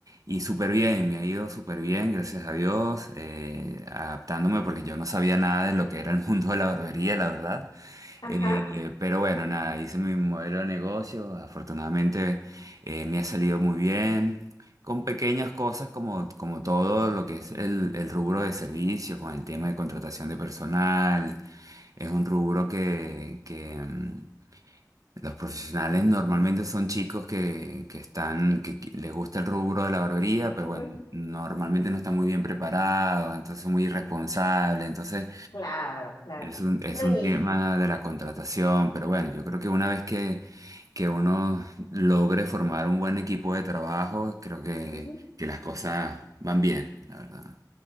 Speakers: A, on the right; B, on the left.
A: y súper bien, me ha ido súper bien, gracias a Dios, eh, adaptándome porque yo no sabía nada de lo que era el <laughs> mundo de la barbería, la verdad.
B: ajá,
A: Eh, pero bueno, nada, hice mi modelo de negocio, afortunadamente eh, me ha salido muy bien. Con pequeñas cosas como, como todo lo que es el, el rubro de servicios, con el tema de contratación de personal, es un rubro que, que, mm, los profesionales normalmente son chicos que, que están, que, que les gusta el rubro de la barbería, pero
B: ujú,
A: bueno, normalmente no están muy bien preparados, entonces son muy irresponsables, entonces
B: claro, claro.
A: es un, es
B: No,
A: un
B: y
A: tema de la contratación, pero bueno, yo creo que una vez que, que uno logre formar un buen equipo de trabajo, creo que,
B: Ujú.
A: que las cosas van bien, la verdad.